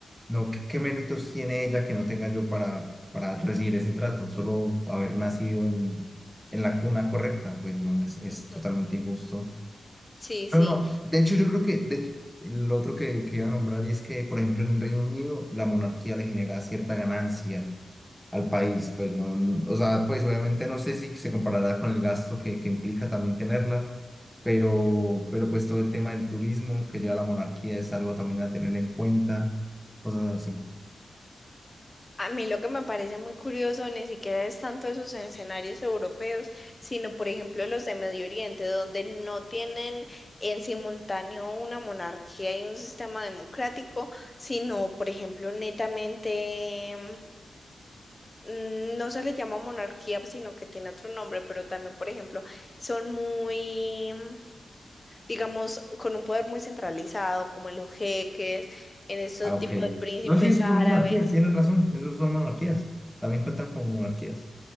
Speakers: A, in the centre; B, on the left.
A: No, ¿qué, qué méritos tiene ella que no tenga yo para, para recibir ese trato? Solo haber nacido en, en la cuna correcta, pues no, es, es
B: ujú.
A: totalmente injusto.
B: Sí,
A: Pero
B: sí.
A: no, de hecho yo creo que de hecho, el otro que, que iba a nombrar es que, por ejemplo, en Reino Unido la monarquía le genera cierta ganancia al país, pues no, o sea, pues obviamente no sé si se comparará con el gasto que, que implica también tenerla, pero, pero pues todo el tema del turismo que lleva la monarquía es algo también a tener en cuenta, cosas así.
B: A mí lo que me parece muy curioso ni siquiera es tanto esos escenarios europeos, sino por ejemplo los de Medio Oriente, donde no tienen en simultáneo una monarquía y un sistema democrático, sino por ejemplo netamente mm, No se le llama monarquía, sino que tiene otro nombre, pero también, por ejemplo, son muy, mm, digamos, con un poder muy centralizado, como en los jeques, en esos
A: Ah, ok.
B: tipos de príncipes
A: No, sí, esos
B: árabes.
A: son monarquías, tienes razón, esos son monarquías, también cuentan como monarquías.